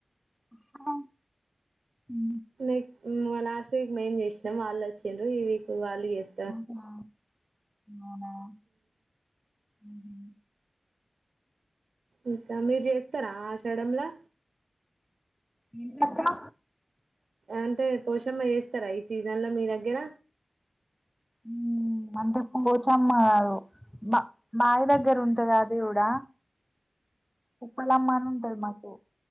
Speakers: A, in the centre; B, on the right (about 75°).
A: అక్కా ఊహు
B: నెక్ లాస్ట్ వీక్ మేం చేసినాం వాళ్ళు వచ్చిండ్రు ఈ వీక్ వాళ్ళు చేస్త
A: ఆహా అవునా ఊహు
B: ఇంకా మీర్ చేస్తారా ఆషాడం లా
A: ఏంటిదక్క
B: అంటే పోషమ్మ చేస్తారా ఈ సీజన్ ల మీ దగ్గర
A: ఊమ్ అంటే పోచమ్మ కాదు బా బావి దగ్గర ఉంటంది అది కూడా ఉప్పలమ్మ అని ఉంటది మాకు